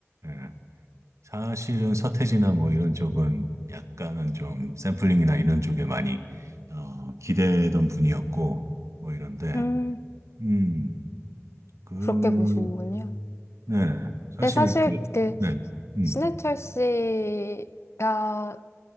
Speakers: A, on the right (about 75°); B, on the left (about 60°).
A: 예. 사실은 서태지나 뭐 이런 쪽은 약간은 좀 샘플링이나 이런 쪽에 많이 어, 기대던 분이었고 뭐 이런데,
B: 음,
A: 음, 그,
B: 그렇게 보시는군요.
A: 네, 사실
B: 근데 사실
A: 그,
B: 그
A: 네, 음,
B: 신해철 씨가